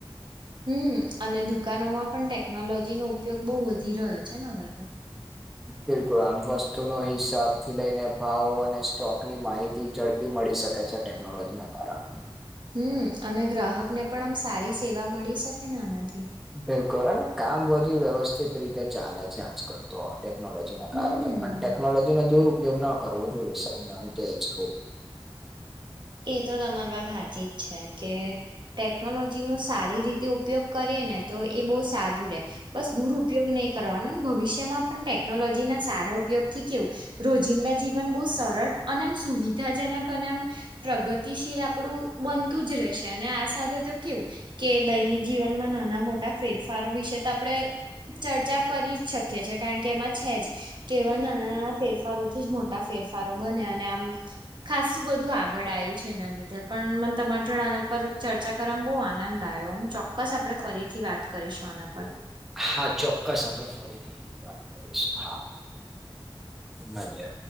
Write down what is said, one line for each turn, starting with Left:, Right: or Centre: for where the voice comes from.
Right: હમ્મ, અને દુકાનોમાં પણ ટેકનોલોજી નો ઉપયોગ બહુ વધી રહ્યો છે, ને હવે તો
Centre: બિલકુલ આમ વસ્તુ નો હિસાબ થી લઈને ભાવ અને સ્ટોક ની માહિતી ઝડપ પી મળી શકે છે ટેકનોલોજી ના કારણે.
Right: હમ્મ, અને ગ્રાહક ને પણ આમ સારી સેવા મળી શકે ને આનાથી.
Centre: બિલકુલ, અને કામ વધી વ્યવસ્થિત રીતે ચાલે છે આજકાલ તો ટેકનોલોજી જેને
Right: હમ.
Centre: કારણે પણ ટેકનોલોજીનો દુરપયોગ ન કરવો જોઈએ સૌને હું તો એજ કવ
Right: એતો તમારી વાત હાચીજ છે કે ટેકનોલોજી નો સારી રીતે ઉપયોગ કરીએ ને તો એ બહુ સારું રહે. બસ દુરઉપયોગ નહીં કરવાનો. ને ભવિષ્ ષ્યમાં પણ ટેકનોલોજીના સારા ઉપયોગથી કેવું, રોજિંદા જીવન બહુ સરળ અને આમ સુવિધાજનક ક અને આમ પ્રગતિશીલ આપણું બનતું જ રહેશે. અને આ સાથે તો કેવું કે દૈનિક જીવનમાં નાના-મોટા ફેરફારો વિશે તો આપણેે ચર્ચા કરી જ શકીએ છે, કારણ કે એમાં છે જ. કેવા નાના-નાના ફેરફારોથી જ મોટ ટા ફેરફારો બને. અને આમ ખાસું બધું આગળ આયું છે એના લીધે. પન મને તમારે જો આના પર ચર્ચા કરવામાં બહુ આનંદ આયો. ચોક ક્સ આપણે ફરીથી વાત કરીશું આના પર.
Centre: હા, ચોક્કસ આપણે ફરીથી વાત કરીશું, હા. મલીએ.